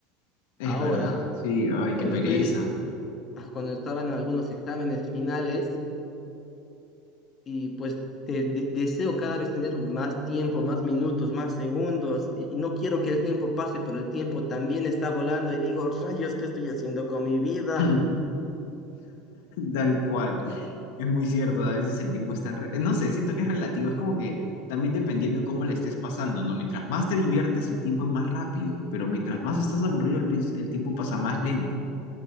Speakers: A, on the left (about 70°); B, on the left (about 35°).
A: es
B: Ahora,
A: verdad, sí, ay,
B: cuando
A: qué pereza.
B: estoy, ah, cuando estaba en algunos exámenes finales, y pues te- de- deseo cada vez tener más tiempo, más minutos, más segundos, y y no quiero que el tiempo pase, pero el tiempo también está volando y digo, rayos, ¿qué estoy haciendo con mi vida?
A: <laughs> Tal cual, es muy cierto, a veces el tiempo es tan... re- No sé, siento que es relativo, es como que también dependiendo de cómo la estés pasando, ¿no? Mientras más te diviertes, el tiempo es más rápido, pero mientras más estás aburrido, el, piens- el tiempo pasa más lento.